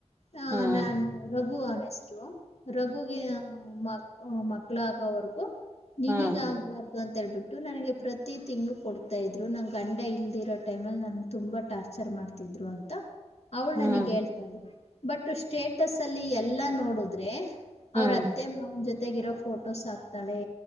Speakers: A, on the left; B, on the right.
A: ಹ
B: ಹ್ಮ್
A: ನಾನು ರಘು ಅನ್ನಸರು ರಘುಗೆ ಮ ಮಕ್ಳ ಆಗೋವರ್ಗು ನಿನೀಗ
B: ಹ್ಮ್
A: ಆಗ್ಬಾರ್ದು ಅಂತ ಹೇಳ್ಬಿಟ್ಟು ನನಗೆ ಪ್ರತಿ ತಿಂಗಳು ಕೊಡ್ತಾ ಇದ್ರು ನಂ ಗಂಡ ಇಲ್ದಿ ಟೈಮ ಅಲ್ಲಿ ನನ್ ತುಂಬಾ ಟಾರ್ಚರ್ ಮಾಡ್ತಿದ್ರು ಅಂತ ಅವ್ಳ
B: ಹ್ಮ್
A: ನನಗ್
B: ಹ್ಮ್
A: ಹೇಳ್ತ ಬಟ್ ಸ್ಟೇಟಸ್ ಅಲ್ಲಿ ಎಲ್ಲಾ ನೋಡುದ್ರೆ
B: ಹ್ಮ್
A: ಅವ್ರ ಅತ್ತೆ ಮಾವನ ಜೊತೆ ತೆಗಿರೋ ಫೋಟೋಸ್ ಆಕ್ತಾಳೆ